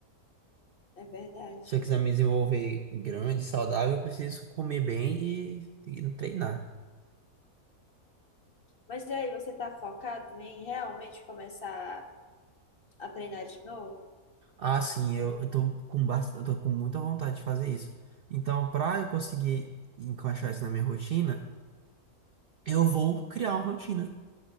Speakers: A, on the left; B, on the right.
A: É verdade.
B: Se eu quiser me desenvolver grande, saudável, eu preciso comer bem e, e treinar.
A: Mas e aí, você tá focado em realmente começar a treinar de novo?
B: Ah, sim, eu, eu tô com bast... eu tô com muita vontade de fazer isso. Então, pra eu conseguir encaixar isso na minha rotina, eu vou criar uma rotina.